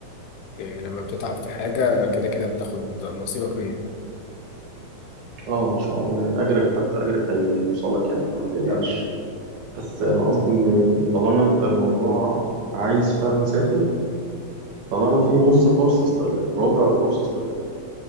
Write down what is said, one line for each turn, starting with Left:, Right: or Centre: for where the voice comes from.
Left: يعني لما بتتعب في حاجة كده كده بتاخد نصيبك منها
Right: اه ان شاء الله يعني اجرك حتى اجرك هي... هيوصلك يعني فما تقلقش
Left: مم.
Right: بس انا قصدي ان طالما انت الموضوع عايز فعلا تسافر طالما في نص فرصة استغلها ربع فرصة استغلها